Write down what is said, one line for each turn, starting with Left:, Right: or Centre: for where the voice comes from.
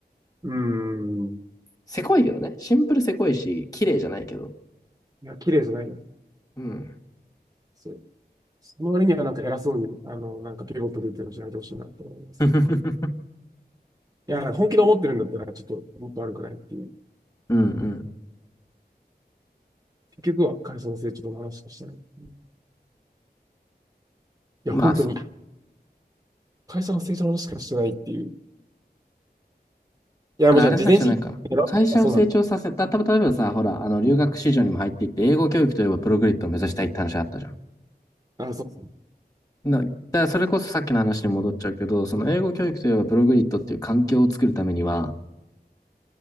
Right: うん。
Left: せこいけどね、シンプルせこいし、綺麗じゃないけど。
Right: いや、綺麗じゃないよ。
Left: うん。
Right: そうその割にはなんか偉そうに、あの、なんかピボット出てるしないでほしいなと思います。
Left: <laughs>
Right: いや、なんか本気で思ってるんだったら、ちょっともっと悪くないっていう。
Left: うんうん。
Right: 結局は会社の成長の話しかしてないっていう。いや、
Left: まあそう。
Right: 本当に。会社の成長の話しかしてないっていう。いや、
Left: だからあれなんじゃないかな。
Right: もちろん、事前知識だろあ、
Left: 会社を成長させた、
Right: そうなんだ。
Left: た、例えばさ、ほら、あの、留学市場にも入っていって、英語教育といえばプログリッドを目指したいって話あったじゃん。
Right: あ、そうそ
Left: なだからそれこそさっきの話に戻っちゃうけど、その英語教育といえばプログリッドっていう環境を作るためには、